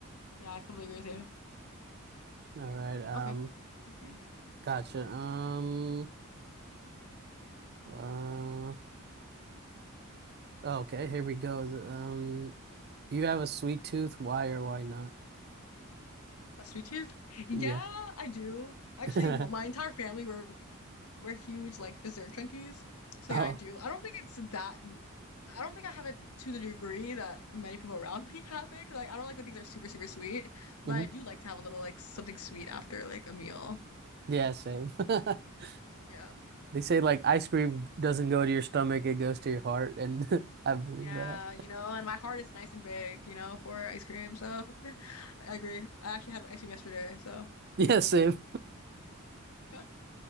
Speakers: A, on the left; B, on the right.
A: yeah, I completely agree with you.
B: all right um
A: Okay, your turn.
B: gotcha um uh okay here we go The- um do you have a sweet tooth why or why not
A: A sweet tooth? Yeah,
B: yeah
A: I do. Actually,
B: <laughs>
A: m- my entire family were we're huge like dessert junkies. So
B: oh
A: yeah, I do. I don't think it's that. m- I don't think I have it to the degree that many people around <laughs> me have it. 'Cause like I don't like when things are super super sweet, but
B: <clears throat>
A: I do like to have a little like something sweet after like a meal.
B: Yeah, same. <laughs>
A: Yeah.
B: They say like ice cream doesn't go to your stomach, it goes to your heart, and <laughs> I believe
A: Yeah,
B: that.
A: you know, and my heart is nice and big, you know, for ice cream. So <laughs> I agree. I actually had ice cream yesterday. So
B: <laughs> Yeah, same.
A: <laughs>